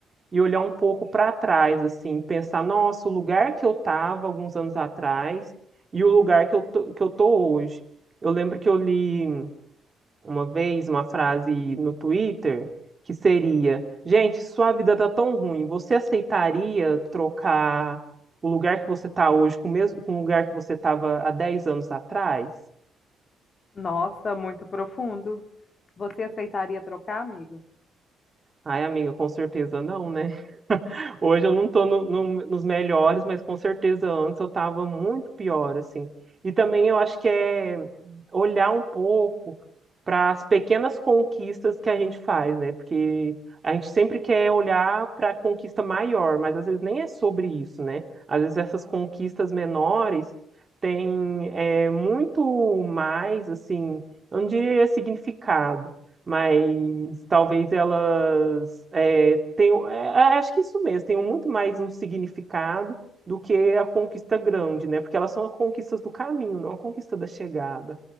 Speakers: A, on the right; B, on the left.
A: e olhar um pouco para trás, assim, pensar, nossa, o lugar que eu estava alguns anos atrás e o lugar que eu tô, que eu tô hoje. Eu lembro que eu li uma vez uma frase no Twitter que seria: Gente, sua vida tá tão ruim, você aceitaria trocar o lugar que você tá hoje com o mesmo com o lugar que você tava há 10 anos atrás?
B: Nossa, muito profundo. Você aceitaria trocar, amiga?
A: Ai, amiga, com certeza não, né? Hoje eu não tô no- no- nos melhores, mas com certeza antes eu tava muito pior, assim. E também eu acho que é olhar um pouco para as pequenas conquistas que a gente faz, né? Porque a gente sempre quer olhar para a conquista maior, mas às vezes nem é sobre isso, né? Às vezes essas conquistas menores têm é, muito mais, assim, eu não diria significado mas talvez elas é, tenham, é, acho que isso mesmo, tenham muito mais um significado do que a conquista grande, né? Porque elas são as conquistas do caminho, não a conquista da chegada.